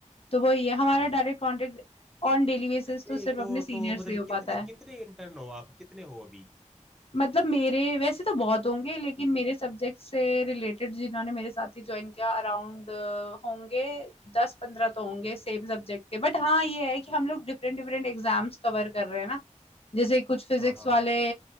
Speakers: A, on the left; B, in the centre.
A: तो वही है हमारा
B: हाँ
A: direct contact on daily basis
B: नहीं
A: तो सिर्फ
B: क्यों
A: अपने सीनियर
B: तो
A: से
B: मतलब
A: हो
B: कितने
A: पाता है
B: कितने इंटर्न हो आप कितने हो अभी
A: मतलब मेरे वैसे तो बहुत होंगे लेकिन मेरे सब्जेक्ट से रिलेटेड जिन्होंने मेरे साथ ही ज्वाइन किया अराउंड होंगे दस पंद्रह तो होंगे सेम सब्जेक्ट के बट हाँ ये है कि हम लोग डिफरेंट डिफरेंट एग्जाम्स कवर कर रहे हैं ना जैसे कुछ फिजिक्स
B: हाँ हाँ
A: वाले